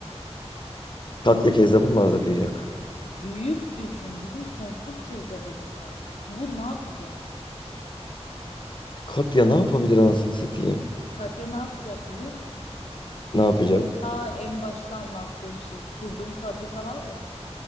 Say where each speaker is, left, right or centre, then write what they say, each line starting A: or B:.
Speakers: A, on the left (about 45°); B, on the left (about 70°).
A: Katya kezzapı mı hazırlayacak?
B: Büyük düşün. Bizim sonsuz kezzabımız var. Bu ne yapacak?
A: Katya ne yapabilir anasını satayım?
B: Katya ne yapacak biliyor musun?
A: Ne yapacak?
B: Ta en başta anlattığım şey kurduğum fabrika var ya.